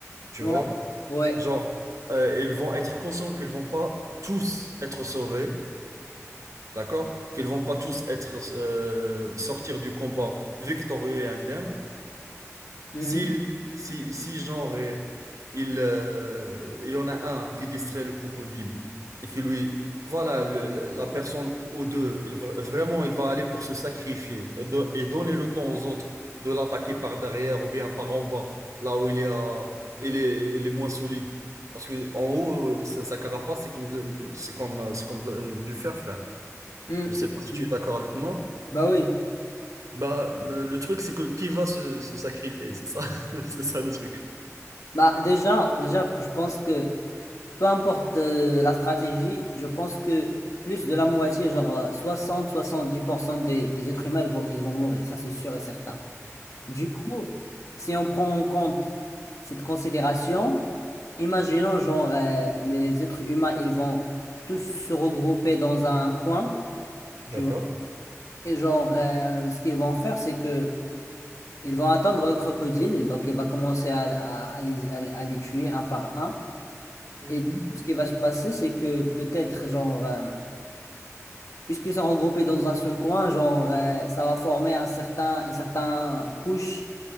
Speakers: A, on the right (about 75°); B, on the left (about 70°).
A: tu
B: mm.
A: vois?
B: Ouais. Ouais.
A: Genre, euh, ils vont être conscients qu'ils vont pas tous être sauvés d'accord? Qu'ils vont pas tous être euh, sortir du combat victorieux et indemne.
B: Mhm.
A: Si, si, si genre euh, il, euh, il y en a un qui distrait le crocodile et qui lui voilà le- le- la personne ou deux, il va- vraiment il va aller pour se sacrifier et don- et donner le temps aux autres de l'attaquer par derrière ou bien par en bas, là où il y a il est, il est moins solide. Parce que en haut, euh, sa, sa carapace, c'est comme, de- de- c'est comme, euh, c'est comme de- du fer, frère.
B: Mm,
A: Je sais
B: mm,
A: pas si
B: mm.
A: tu es d'accord avec moi.
B: Bah oui.
A: Bah, me- le truc, c'est que qui va se, se sacrifier, c'est ça, <laughs> c'est ça le truc.
B: Bah déjà, déjà, je pense que Peu importe euh, la stratégie, je pense que plus de la moitié, genre euh, 60-70% des, des êtres humains, ils vont, ils vont mourir, ça c'est sûr et certain. Du coup, si on prend en compte cette considération, imaginons genre euh, les êtres humains, ils vont tous se regrouper dans un coin,
A: D'accord.
B: tu vois, et genre euh, ce qu'ils vont faire, c'est que ils vont attendre le crocodile, donc il va commencer à, à- à les, à à les tuer un par un.
A: Mhm.
B: Et ce qui va se passer, c'est que peut-être, genre, euh, puisque c'est regroupé dans un seul coin, genre, euh, ça va former un certain, une certaine couche